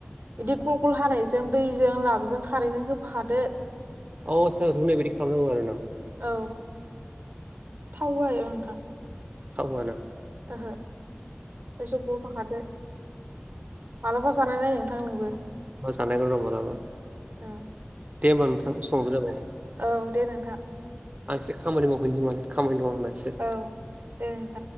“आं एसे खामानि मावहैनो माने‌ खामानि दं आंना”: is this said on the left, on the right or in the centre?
Right